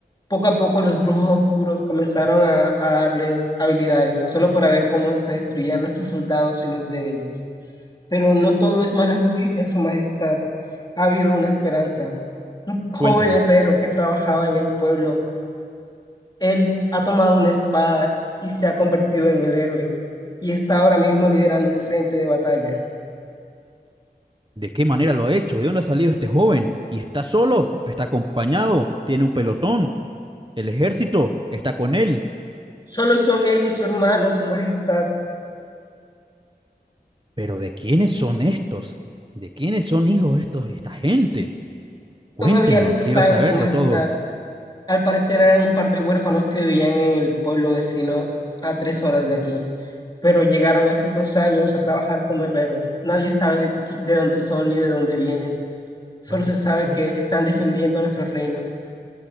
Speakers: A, on the left; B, on the right.
A: poco a poco los brujos oscuros comenzaron a, a darles habilidades, solo para ver cómo se destruían nuestros soldados y los de ellos. Pero no todo es malas noticias, Su Majestad. Ha habido una esperanza. Un joven
B: cuénteme.
A: herrero que trabajaba en el pueblo Él ha tomado una espada y se ha convertido en el héroe y está ahora mismo liderando el frente de batalla.
B: ¿De qué manera lo ha hecho? ¿De dónde ha salido este joven? ¿Y está solo? ¿Está acompañado? ¿Tiene un pelotón? ¿El ejército está con él?
A: Solo son él y su hermano, su majestad.
B: Pero ¿de quiénes son estos? ¿De quiénes son hijos estos, esta gente? Cuénteme,
A: Todavía no se
B: quiero
A: sabe
B: saberlo
A: su majestad.
B: todo.
A: Al parecer eran un par de huérfanos que vivían en el pueblo vecino a tres horas de aquí, pero llegaron hace dos años a trabajar como herreros. Nadie sabe de, qui- de dónde son ni de dónde vienen. Solo
B: Vaya
A: se
B: sorpresa,
A: sabe que están defendiendo nuestro reino.